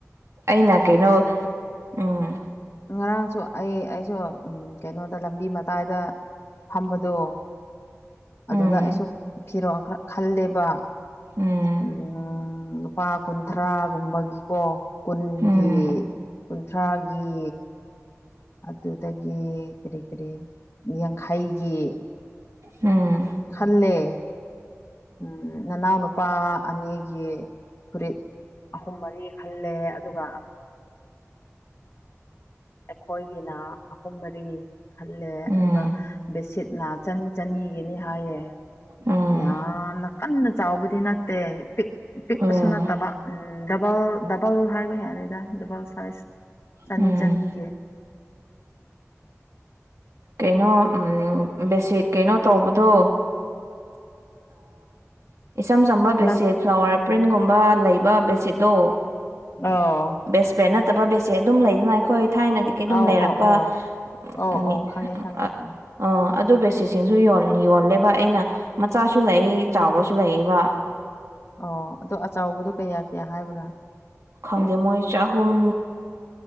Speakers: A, on the right (about 70°); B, on the left (about 45°).
A: ꯑꯩꯅ ꯀꯩꯅꯣ ꯎꯝ
B: ꯉꯔꯥꯡꯁꯨ ꯑꯩ ꯑꯩꯁꯨ ꯎꯝ ꯀꯩꯅꯣꯗ ꯂꯝꯕꯤ ꯃꯇꯥꯏꯗ ꯐꯝꯕꯗꯣ ꯑꯗꯨꯗ
A: ꯎꯝ
B: ꯑꯩꯁꯨ ꯐꯤꯔꯛ ꯈꯜꯂꯦꯕ
A: ꯎꯝ
B: ꯎꯝ ꯂꯨꯄꯥ ꯀꯨꯟꯊ꯭ꯔꯥꯒꯨꯝꯕꯒꯤꯀꯣ ꯀꯨꯟꯒꯤ
A: ꯎꯝ
B: ꯀꯨꯟꯊ꯭ꯔꯥꯒꯤ ꯑꯗꯨꯗꯒꯤ ꯀꯔꯤ ꯀꯔꯤ ꯌꯥꯡꯈꯩꯒꯤ
A: ꯎꯝ
B: ꯈꯜꯂꯦ ꯎꯝ ꯅꯅꯥꯎꯅ ꯂꯨꯄꯥ ꯑꯅꯤꯒꯤ ꯐꯨꯔꯤꯠ ꯑꯍꯨꯝ ꯃꯔꯤ ꯈꯜꯂꯦ ꯑꯗꯨꯒ ꯑꯩꯈꯣꯏꯒꯤꯅ ꯑꯍꯨꯝ ꯃꯔꯤ ꯂꯦ
A: ꯎꯝ
B: ꯑꯗꯨꯒ ꯕꯦꯠꯁꯤꯠꯅ ꯆꯅꯤ ꯆꯅꯤꯒꯤꯅꯤ ꯍꯥꯏꯌꯦ
A: ꯎꯝ
B: ꯌꯥꯝꯅ ꯀꯟꯅ ꯆꯥꯎꯕꯗꯤ ꯅꯠꯇꯦ ꯄꯤꯛꯄꯁꯨ
A: ꯑꯣ
B: ꯅꯠꯇꯕ ꯗꯕꯜ ꯗꯕꯜ ꯍꯥꯏꯕ ꯌꯥꯔꯦꯗ ꯗꯕꯜ ꯁꯥꯏꯖ ꯆꯅꯤ
A: ꯎꯝ
B: ꯆꯅꯤꯒꯤ
A: ꯀꯩꯅꯣ ꯕꯦꯁꯤꯠ ꯀꯩꯅꯣ ꯇꯧꯕꯗꯣ ꯏꯆꯝ ꯆꯝꯕ
B: ꯒꯤꯂꯥꯁ
A: ꯕꯦꯠꯁꯤꯠ ꯐ꯭ꯂꯥꯋꯔ ꯄ꯭ꯔꯤꯟꯒꯨꯝꯕ ꯂꯩꯕ ꯕꯦꯠꯁꯤꯠꯇꯣ
B: ꯑꯣ
A: ꯕꯦꯁ ꯐ꯭ꯔꯦꯟ ꯅꯠꯇꯕ ꯕꯦꯁꯦ ꯑꯗꯨꯝ ꯂꯩꯗꯅ ꯑꯩꯈꯣꯏ ꯊꯥꯏꯅꯗꯤ ꯀꯩꯅꯣꯝ
B: ꯑꯧ
A: ꯂꯩꯔꯛꯄ
B: ꯑꯣ ꯑꯣ
A: <unintelligible>
B: ꯑꯧ ꯑꯧ ꯈꯪꯉꯦ ꯈꯪꯉꯦ ꯈꯪꯉꯦ
A: ꯑ ꯑꯗꯨ ꯕꯦꯁꯦꯁꯤꯡꯁꯨ ꯌꯣꯟ ꯌꯣꯜꯂꯦꯕ ꯑꯩꯅ ꯃꯆꯥꯁꯨ ꯂꯩ ꯆꯥꯎꯕꯁꯨ ꯂꯩꯕ
B: ꯑꯣ ꯑꯗꯣ ꯑꯆꯕꯗꯣ ꯀꯌꯥ ꯀꯌꯥ ꯍꯥꯏꯕ꯭ꯔꯥ
A: ꯈꯪꯗꯦ ꯃꯣꯏ ꯆꯍꯨꯝ